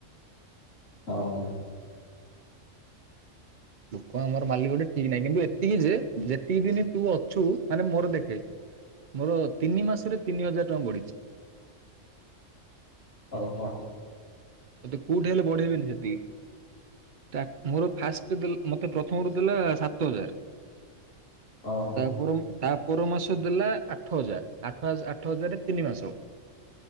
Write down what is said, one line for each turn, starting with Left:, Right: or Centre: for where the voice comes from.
Left: ହଁ।
Right: ଲୋକ ଆମର ମାଲିକଟେ ଠିକ୍ ନାହିଁ କିନ୍ତୁ ଏତିକି ଯେ ଯେତିକି ଦିନ ତୁ ଅଛୁ ମାନେ ମୋର ଦେଖେ ମୋର ତିନି ମାସରେ ତିନି ହଜାର ଟଙ୍କା ବଢ଼ିଛି।
Left: ହଉ ହ।
Right: ଅ ଦେ କୋଉଠି ହେଲେ ବଢ଼େଇବେନି ସେତିକି। ଟା ମୋର ଫାଷ୍ଟେ ଦେଲ୍ ମତେ ପ୍ରଥମରୁ ଦେଲା ସାତ ହଜାର।
Left: ଓହୋ।
Right: ତାପର ତା ପର ମାସ ଦେଲା ଆଠ ହଜାର ଆ ଥାସ୍ ଆଠ ହଜାରେ ତିନି ମାସ